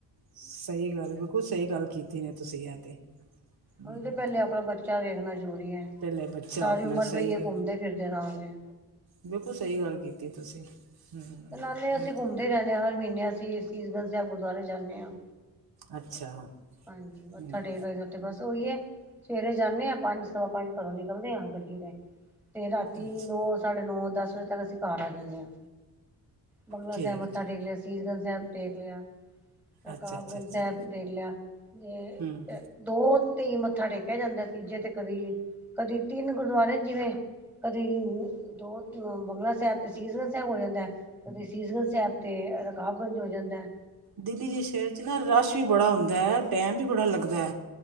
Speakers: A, on the right (about 60°); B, in the centre.
A: ਸਹੀ ਗੱਲ, ਬਿਲਕੁਲ ਸਹੀ ਗੱਲ ਕੀਤੀ ਨੇ ਤੁਸੀਂ, ਐ ਤੇ। ਹਮ
B: ਉਹੀ ਤੇ ਪਹਿਲੇ ਅਪਣਾ ਬੱਚਾ ਵੇਖਣਾ ਜ਼ਰੂਰੀ
A: ਪਹਿਲੇ ਬੱਚਾ
B: ਸਾਰੀ
A: ਆਪਣਾ
B: ਉਮਰ
A: ਸਹੀ
B: ਪਈ ਏ ਘੁੰਮਦੇ ਫਿਰਦੇ ਰਾਂ ਗੇ।
A: ਬਿਲਕੁਲ ਸਹੀ ਗੱਲ ਕੀਤੀ ਤੁਸੀਂ ਹਮ
B: ਨਾਲੇ ਅਸੀਂ
A: ਇਹ
B: ਘੁੰਮਦੇ
A: ਤੇ
B: ਰਹਿੰਨੇ ਹਾਂ ਹਰ ਮਹੀਨੇ ਅਸੀਂ ਸੀਸਗੰਜ ਸਾਹਿਬ ਗੁਰਦੁਆਰੇ ਜਾਂਣੇ ਆਂ।
A: ਅੱਛਾ।
B: ਹਾਂਜੀ ਮੱਥਾ
A: ਹਮ
B: ਟੇਕ ਆਈ ਦਾ ਉੱਥੇ, ਬਸ ਉਹੀ ਏ ਸਵੇਰੇ ਜਾਨੇ ਆਂ ਪੰਜ ਸਵਾ ਪੰਜ ਘਰੋਂ ਨਿਕਲਨੇ ਆ ਗੱਡੀ ਤੇ, ਤੇ ਰਾਤੀ
A: ਅੱਛਾ
B: ਨੌ, ਸਾਢੇ ਨੌ, ਦਸ ਵਜੇ ਤਕ ਅਸੀਂ ਘਰ ਆ ਜਾਨੇ ਆਂ। ਬੰਗਲਾ
A: ਠੀਕ
B: ਸਾਹਿਬ ਮੱਥਾ
A: ਹੈ
B: ਟੇਕ ਲਿਆ, ਸੀਸਗੰਜ ਸਾਹਿਬ ਟੇਕ ਲਿਆ, ਰਕਾਬਗੰਜ
A: ਅੱਛਾ ਅੱਛਾ ਅੱਛਾ
B: ਸਾਹਿਬ ਟੇਕ ਲਿਆ, ਜੇ
A: ਹਮ
B: ਦੋ ਤੇ ਈ ਮੱਥਾ ਟੇਕਿਆ ਜਾਂਦਾ, ਤੀਜੇ ਤੇ ਕਦੀ ਕਦੀ ਤਿੰਨ ਗੁਰਦੁਆਰੇ ਨੇ ਜਿਵੇਂ ਕਦੀ ਦੋ ਨਵੰਬਰ ਬੰਗਲਾ ਸਾਹਿਬ ਤੇ ਸੀਸਗੰਜ ਸਾਹਿਬ ਹੋ ਜਾਂਦਾ ਏ ਕਦੇ ਸੀਸਗੰਜ ਸਾਹਿਬ ਤੇ ਰਕਾਬਗੰਜ ਹੋ ਜਾਂਦਾ ਏ।
A: ਦਿੱਲੀ ਜੇ ਸ਼ਹਿਰ ਚ ਨਾ ਰਸ਼ ਵੀ ਬੜਾ ਹੁੰਦਾ ਟਾਈਮ ਵੀ ਬੜਾ ਲੱਗਦਾ